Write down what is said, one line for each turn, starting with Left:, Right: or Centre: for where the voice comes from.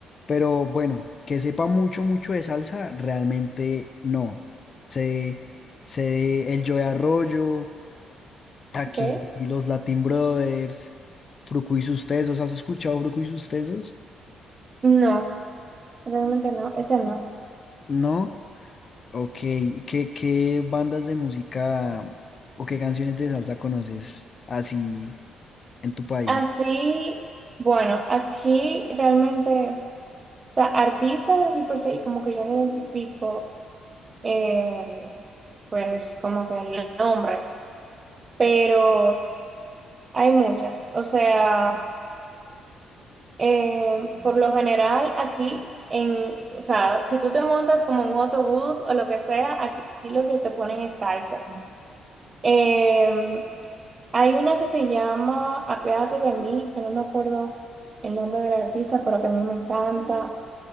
Left: pero bueno, que sepa mucho, mucho de salsa, realmente no. Sé, sé el Joe Arroyo. Aquí
Right: Ok.
Left: los Latin Brothers, Fruco y sus Tesos. ¿Has escuchado Fruco y sus Tesos?
Right: No, realmente no, ese no.
Left: ¿No? Ok. ¿y ¿Qué, qué bandas de música o qué canciones de salsa conoces así en tu país?
Right: Así, bueno, aquí realmente. O sea, artistas así por se, como que yo no identifico, eh, pues como que el nombre, pero hay muchas. O sea, eh, por lo general aquí, en, o sea, si tú te montas como en un autobús o lo que sea, aquí lo que te ponen es salsa. Eh, hay una que se llama Apiádate de mí, que no me acuerdo el nombre del artista, pero que a mí me encanta.